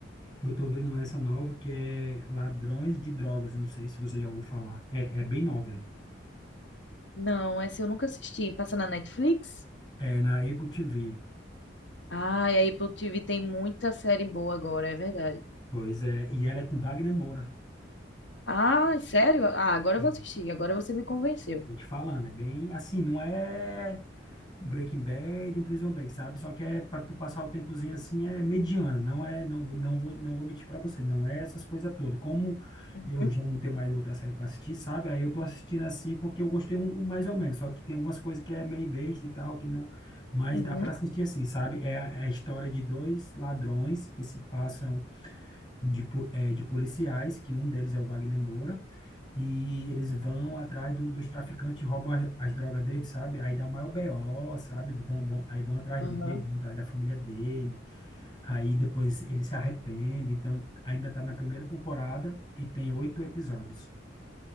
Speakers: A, on the left; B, on the left.
A: eu tô vendo essa nova que é Ladrões de Drogas. Não sei se você já ouviu falar. É, é bem nova ela.
B: Não, essa eu nunca assisti. Passa na Netflix?
A: É na Apple TV.
B: Ah, e a Apple TV tem muita série boa agora, é verdade.
A: Pois é. E ela é com Wagner Moura.
B: Ah, sério? Ah, agora
A: É,
B: eu vou assistir, agora você me convenceu.
A: Tô te falando, é bem assim, não é. um Breaking Bad, um Prison Break, sabe? Só que é para tu passar o tempozinho assim é mediana, não é, não, não vou, não vou mentir para você, não é essas coisas todas. Como
B: Uhum,
A: eu já não tenho mais outra série para assistir, sabe? Aí eu tô assistindo assim porque eu gostei um, um mais ou menos, só que tem algumas coisas que é meio besta e tal, que não, mas
B: uhum,
A: dá para assistir assim, sabe? É a, é a história de dois ladrões que se passam de, po- eh, de policiais, que um deles é o Wagner Moura, e eles vão atrás do- dos traficantes, e roubam as, as drogas dele, sabe? Aí dá o maior BO, sabe? Vão, vão, aí vão atrás
B: aham,
A: dele, vão atrás da família dele, aí depois ele se arrepende. Então, ainda tá na primeira temporada e tem oito episódios.